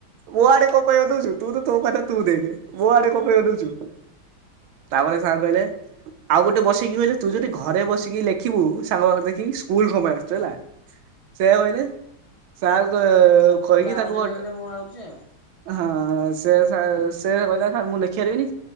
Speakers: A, on the right; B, on the left.
A: ମୋ ଆଡେ କଣ ପେଇ ଅନଉଚୁ। ତୁ ତ ତୋ କଥା ତୁ ଦେଖ। ମୋ ଆଡେ କଣ ପେଇ ଅନଉଚୁ। ତାପରେ ସାର କହିଲେ ଆଉ ଗୋଟେ ବସେଇକି କହିଲେ ତୁ ଯଦି ଘରେ ବସିକି ଲେଖିବୁ ସାଙ୍ଗ ପାଖରେ ଦେଖିକି ସ୍କୁଲ କଣ ପାଇଁ ଆସିଚୁ ହେଲା। ସେଇଆ କହିଲେ। ସାର ଡ
B: ସବୁ
A: କହିକି
B: ପିଲା
A: ତାକୁ
B: ଆଉଚନ୍ତି
A: ଗୋଟେ
B: ବୋଲି ମୁଁ ଆଉଚି ଆଉ
A: ହଁ ସେ ସାର୍ ସେ କହିଲା ସାର୍ ମୁଁ ଲେଖିପାରିବିନି।